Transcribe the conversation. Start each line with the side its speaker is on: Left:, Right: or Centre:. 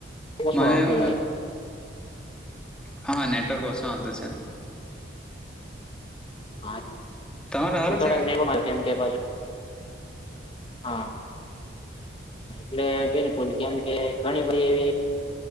Left: ઓછું
Centre: મને
Left: આવતું
Centre: એમ
Left: લાગે
Centre: હા નેટવર્ક ઓછું વાંધું છે.
Left: હા
Centre: તમારે
Left: તો થોડાક
Centre: સારું છે
Left: નહીં કેમ કે પાછ, હા એટલે બિલકુલ કેમ કે ઘણી બધી એવી